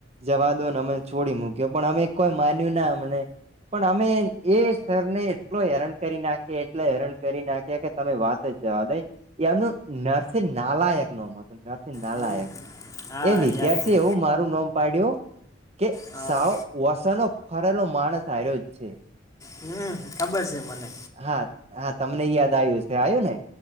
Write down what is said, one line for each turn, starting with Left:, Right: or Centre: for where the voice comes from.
Right: જવા દો અમે છોડી મૂક્યો પણ અમે કોઈ માન્યું ના અમને પણ અમે એ સરને એટલો હેરાન કરી નાખી એટલા હેરાન કરી નાખ્યા કે તમે વાત ટ જવાડો એમનું નરસિંહ નાલાયક નોમ હતું નરસિંહ નાલાયક
Left: હમ હા
Right: એ વિદ્યાર્થી
Left: યાદ છે
Right: એવું મારું નોમ પડ્યો કે
Left: હા
Right: સાળો વસનો ફરેલો માણસ આ્યો જ છે
Left: હમ ખબર છે મને
Right: હા હા તમને યાદ આયું શે આયુ ને